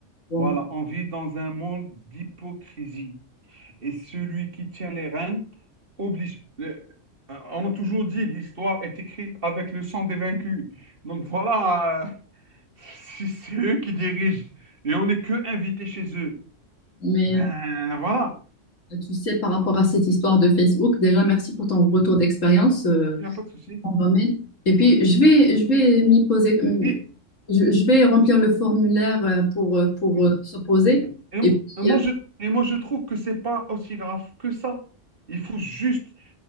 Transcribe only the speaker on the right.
Voilà, on vit dans un monde d'hypocrisie. et celui qui tient les rênes oblige. le- euh, on a toujours dit, l'histoire est écrite avec le sang des vaincus. Donc voilà, euh, <laughs> c'est c'est eux qui dirigent et on n'est que invités chez eux.
Ben voilà,
il
n'y a pas de souci.
Et
oui,
oui. Et,
mo-
et moi
je et moi je trouve que c'est pas aussi grave que ça. Il faut juste